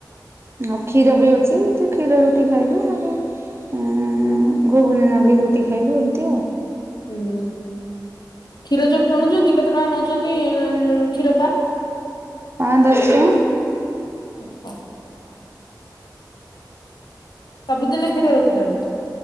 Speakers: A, on the right; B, on the left.
A: ଆଉ କ୍ଷୀର ବି ଅଛି। ଏମତି କ୍ଷୀର ରୁଟି ଖାଇଲୁ ନହେଲେ ହୁଁ ଗୁଗୁନି ନଗେଇ ରୁଟି ଖାଇଲୁ ଏମିତି ଆଉ।
B: ହୁଁ କ୍ଷୀର ଯୋଉ କିଣୁଛନ୍ତି କେତେ ଟଙ୍କା ନେଉଛନ୍ତି? ଉଁ କ୍ଷୀର ପା?
A: ପାଞ୍ଚ ଦଶ ଟଆଁ।
B: ଆଚ୍ଛା। ସବୁଦିନ କ୍ଷୀର ରୁକୁଛନ୍ତି।